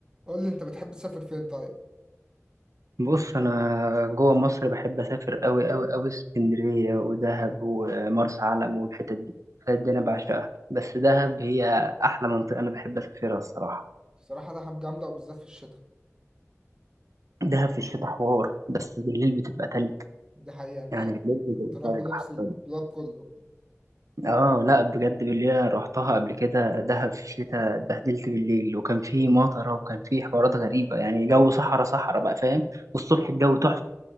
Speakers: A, on the right (about 15°); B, on the right (about 75°).
A: قول لي انت بتحب تسافر فين طيب
B: بص انا جوه مصر بحب اسافر قوي قوي قوي اسكندريه ودهب ومرسى علم والحتت دي الحتت دي انا بعشقها بس دهب هي احلى منطقه انا بحب اسافرها الصراحه
A: الصراحه دهب جامده وبالذات في الشتاء
B: دهب في الشتاء حوار بس بالليل بتبقى تلج
A: دي حقيقه انت
B: يعني بالليل بتبقى
A: تروح
B: تلج
A: بلبس
B: حرفيا
A: الدولاب كله
B: اه لا بجد بالليل انا روحتها قبل كده دهب في الشتاء اتبهدلت بالليل وكان في مطره وكان في حوارات غريبه يعني جو صحراء صحراء بقى فاهم والصبح الجو تحفه